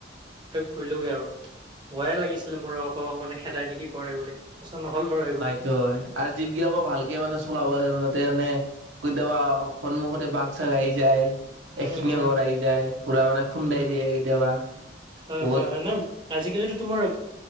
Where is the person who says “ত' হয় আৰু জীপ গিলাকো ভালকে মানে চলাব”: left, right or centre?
Right